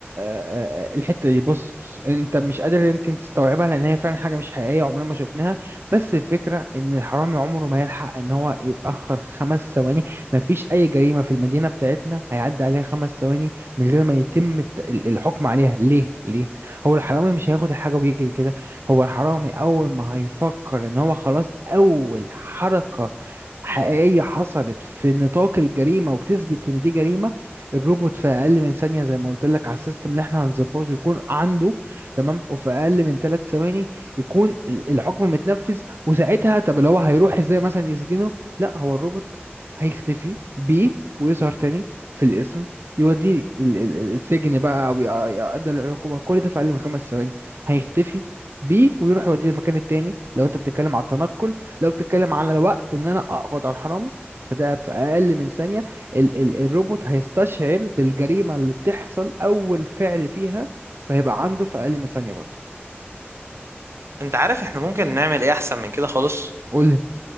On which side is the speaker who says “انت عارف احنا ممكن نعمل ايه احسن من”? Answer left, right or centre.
Right